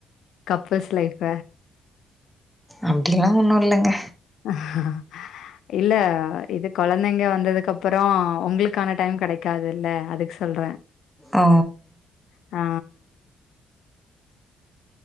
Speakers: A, on the left; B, in the centre.
A: கப்புள்ஸ் லைஃப
B: அப்டி எல்லா ஒன்னு இல்லங்க
A: ஆஹ இல்ல இது கொழந்தைங்க வந்ததுக்கு அப்புறோ உங்களுக்கான டைம் கெடைக் காதில்ல அதுக்கு சொல்றே
B: ஓ
A: ஆ